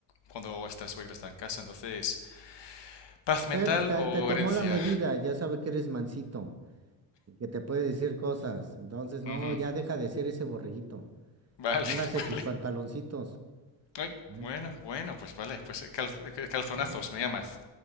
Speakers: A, on the left (about 60°); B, on the right (about 30°).
A: cuando esta suegra está en casa. Entonces, paz mental
B: Eh, pues ta-
A: o
B: te, tomó
A: herencia.
B: la medida, ya sabe que eres mansito y que te puede decir cosas. Entonces, no,
A: Ujú.
B: ya deja de ser ese borreguito.
A: Vale,
B: Póngase
A: <laughs>
B: sus
A: vale.
B: pantaloncitos.
A: Ay,
B: ¿eh?
A: bueno, bueno, pues vale, pues eh, cal- eh, calzonazos
B: Bueno.
A: me llamas,